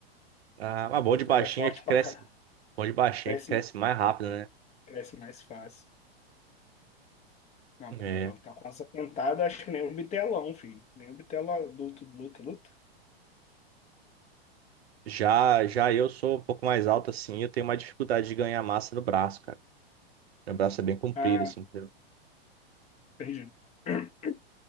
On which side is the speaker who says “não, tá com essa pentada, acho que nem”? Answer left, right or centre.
Left